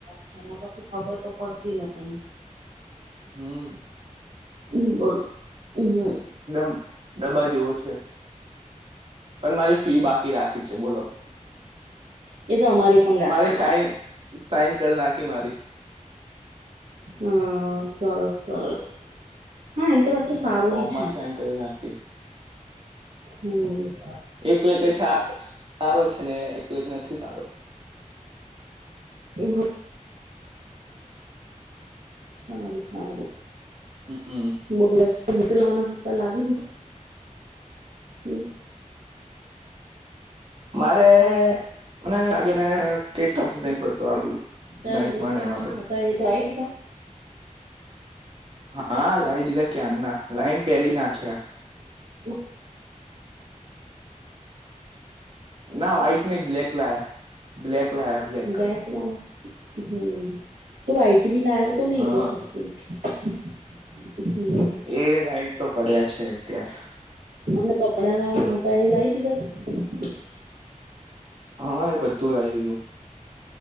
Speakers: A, on the right; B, on the right.
A: છેને પછી ખબર તો પડતી નહી.
B: હમ
A: હમ બોલ? હમ
B: ડમ ડબ્બા જેવો છે. પણ, મારી ફી બાકી રાખી છે બોલો?
A: એ તો અમારી પણ રાખતા
B: મારી
A: હતા.
B: સાઈન સાઈન કરી નાખી મારી.
A: હા સરસ સરસ. હા એમ તો પાછું
B: હમ!
A: સારું
B: ફોર્મમાં
A: બી છે
B: જ સાઈન કરી નાખી.
A: હમ.
B: એકલે કે છાસ સારો છે ને, એટલે કે નથી સારો.
A: <inaudible> એ <inaudible> સારું સારું.
B: હમ
A: બગલા ઉમટ <inaudible> લવાના હતા લાવી દીધા હમ.
B: મારે મ <unintelligible> કઈ ટપો નહી પડતો આલું
A: તારે
B: ગણિતમાંને
A: બુટ લાવવાના
B: એમાં તો.
A: હતા એ લાવી દીધા
B: હા લાઇ દીધા ક્યાંરના, લાઈને પહેરી નાખ્યા.
A: હ <inaudible>
B: ના વાઈટ નય બ્લેક લાયા, બ્લેક લાયા બ્લેક
A: બેગ લાવ હમ તું આઈ એ બી લાયો તો ને
B: હ
A: એક વખત. <inaudible> હમ.
B: એ! વાઇટ તો પડ્યાં છે અત્યારે.
A: અને કપડાં લાવવાના હતા એ લાવી દીધા હતા?
B: હા એ બધું લાઈ દીધું.